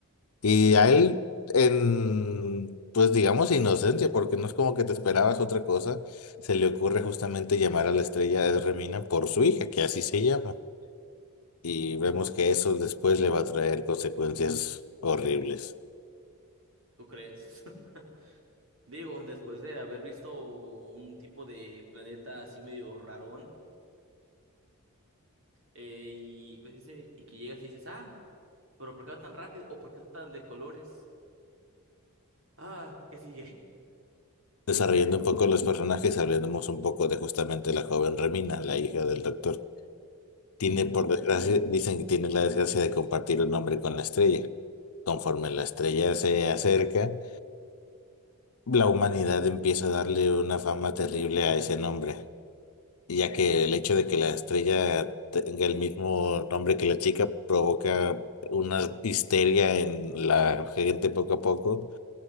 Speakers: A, on the left; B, on the right.
A: Y a él, en, pues digamos, inocencia, porque no es como que te esperabas otra cosa, se le ocurre justamente llamar a la estrella de Remina por su hija, que así se llama. Y vemos que eso después le va a traer consecuencias horribles.
B: ¿Tú crees? <laughs> Digo, después de haber visto un tipo de planeta así medio rarón, eh, y, ¿cómo se dice? y que llegas y dices, ah, pero ¿por qué va tan rápido? ¿O por qué está tan de colores? Ah, ¿qué sigue?
A: Desarrollando un poco los personajes, hablemos un poco de justamente la joven Remina, la hija del doctor. Tiene,
B: <laughs>
A: por desgracia, dicen que tiene la desgracia de compartir un nombre con la estrella. Conforme la estrella se acerca, La humanidad empieza a darle una fama terrible a ese nombre, ya que el hecho de que la estrella tenga el mismo nombre que la chica provoca una histeria en la gente poco a poco